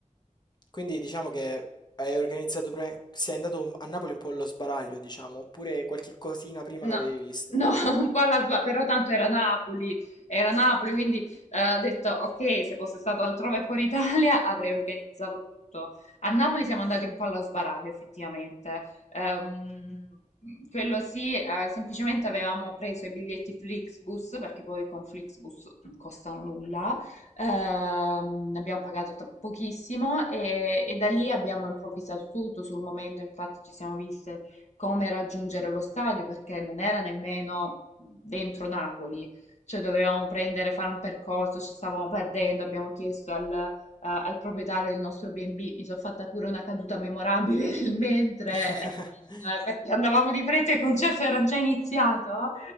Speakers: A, on the left; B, on the left.
A: quindi diciamo che hai organizzato pre sei andato un- a Napoli un po' allo sbaraglio, diciamo, oppure qualche cosina prima
B: No,
A: l'avevi vista?
B: no, <laughs> un po' alla sba- però tanto era Napoli, era Napoli, quindi eh, ho detto ok, se fosse stato altrove fuori Italia <laughs> avrei organizzato tutto. A Napoli siamo andati un po' allo sbaraglio, effettivamente. Ehm, quello sì, eh, semplicemente avevamo preso i biglietti Flixbus, perché poi con Flixbus non costano nulla, Ehm, ne abbiamo pagato t- pochissimo e, e da lì abbiamo improvvisato tutto sul momento, infatti ci siamo viste come raggiungere lo stadio perché non era nemmeno dentro Napoli, cioè dovevamo prendere, fare un percorso, ci stavamo perdendo, abbiamo chiesto al, eh, al proprietario del nostro B&B, mi sono fatta pure una caduta memorabile <laughs> nel mentre,
A: <laughs>
B: eh, perché andavamo di fretta e il concerto era già iniziato.